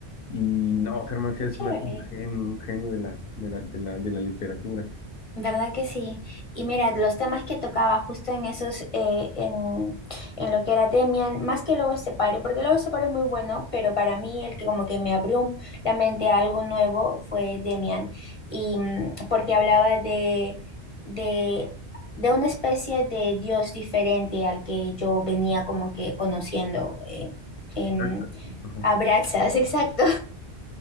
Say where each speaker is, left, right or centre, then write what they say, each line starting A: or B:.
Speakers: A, on the left; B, on the left.
A: y no, Germán Gess
B: Qué chévere.
A: es más un genio, un genio de la, de la, de la, de la literatura.
B: ¿Verdad que sí? Y mira, los temas que tocaba justo en esos, eh, en, en lo que era Demian, más que Lobo Estepario, porque Lobo Estepario es muy bueno, pero para mí el que como que me abrió la mente a algo nuevo fue Demian, y mm, porque hablaba de, de, de una especie de Dios diferente al que yo venía como que conociendo. eh, em,
A: Exacto. Ajá.
B: Abraxas, <laughs> exacto.